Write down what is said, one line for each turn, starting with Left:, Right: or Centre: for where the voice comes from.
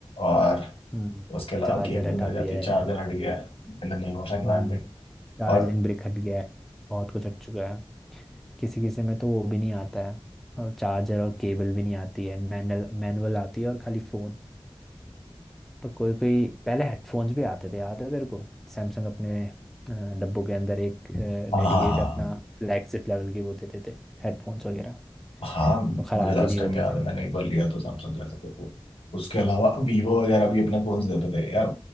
Left: और
Centre: हम्म
Left: उसके अलावा
Centre: चार्जर
Left: केबल
Centre: हटा
Left: मिल जाती
Centre: दिया
Left: है चार्जर
Centre: है
Left: हट गया है in the name of environment
Centre: हम्म चार्जिंग
Left: और
Centre: ब्रिक हट गया है बहुत कुछ हट चुका है किसी किसी में तो वो भी नहीं आता है और चार्जर और केबल भी नहीं आती है मैनुअल मैनुअल आती है और खाली फोन पर कोई कोई पहले हेडफोन्स भी आते थे याद है तेरे को सैमसंग अपने अ, डब्बों के अंदर एक
Left: हाँ
Centre: डेडिकेट
Left: हाँ
Centre: अपना फ्लैगशिप लेवल के वो देते थे हेडफोन्स वगैरह
Left: हाँ हाँ,
Centre: जो खराब
Left: मुझे लास्ट
Centre: ही नहीं
Left: टाइम
Centre: होते
Left: याद
Centre: थे
Left: है मैंने एक बार लिया तो सैमसंग का सब को उसके अलावा वीवो वगैरह भी अपने फोन देते थे यार